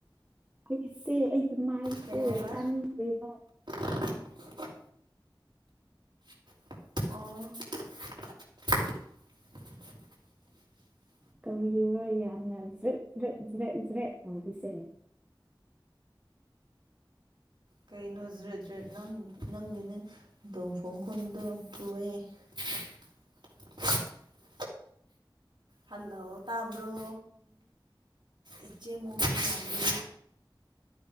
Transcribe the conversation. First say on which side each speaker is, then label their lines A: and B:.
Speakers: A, on the right (about 15°); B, on the right (about 55°).
A: ꯑꯩꯁꯦ ꯑꯩꯒꯤ ꯃꯥꯏꯁꯦ
B: ꯀꯩ ꯍꯥꯏꯕ
A: ꯇꯥꯅꯤꯡꯗꯦꯕ
B: <unintelligible> ꯑꯣ
A: ꯀꯧꯔꯤꯕ ꯌꯥꯝꯅ ꯠ ꯠ ꯖ꯭ꯔꯠ ꯖ꯭ꯔꯦꯠ ꯇꯧꯔꯤꯁꯦ
B: ꯀꯩꯅꯣ ꯖ꯭ꯔꯦꯠ ꯖ꯭ꯔꯦꯠ ꯅꯪ ꯅꯪꯒꯤꯅꯦ ꯗꯣꯡ ꯐꯣꯡ ꯈꯨꯣꯟꯗꯣ ꯇꯨꯑꯦ <unintelligible> ꯍꯜꯂꯣ ꯇꯥꯕ꯭ꯔꯣ ꯏꯆꯦ ꯃꯣꯃꯣ ꯉꯕꯤ